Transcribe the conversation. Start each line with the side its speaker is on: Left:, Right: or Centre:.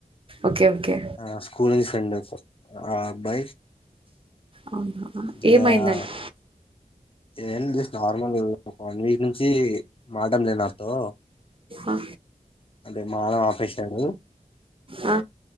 Right: ఓకే ఓకే
Left: ఆ స్కూల్ నుంచి ఫ్రెండ్ ఆ అబ్బాయి
Right: అవునా
Left: జ-
Right: ఏమైందండి
Left: ఏం నార్మల్ ఒక వన్ వీక్ నుంచి మాడం లేదు నాతో
Right: ఆహా
Left: అంటే మాట్లాడడం ఆపేశాడు
Right: ఆ